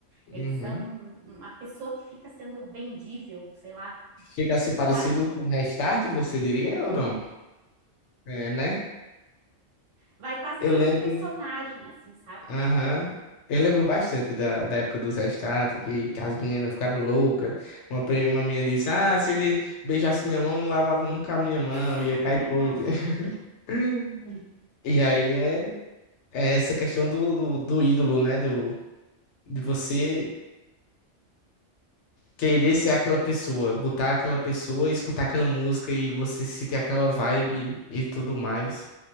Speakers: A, on the left; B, on the right.
A: Uhum.
B: eles são uma pessoa que fica sendo vendível, sei lá,
A: Chega a ser parecido
B: quase
A: com Restart, você diria ou não? É, né?
B: Vai quase
A: Eu
B: sendo
A: lembro.
B: um personagem, assim, sabe?
A: Aham. Eu lembro bastante da, da época do Restart, que, que as meninas ficavam loucas. Uma prima minha disse: Ah, se ele beijasse minha mão, não lavava nunca a minha mão,
B: <laughs>
A: ia cair podre. <laughs> E aí é, é essa questão do, do, do ídolo, né? Do, de você Querer ser aquela pessoa, botar aquela pessoa, escutar aquela música e você sentir aquela vibe e tudo mais.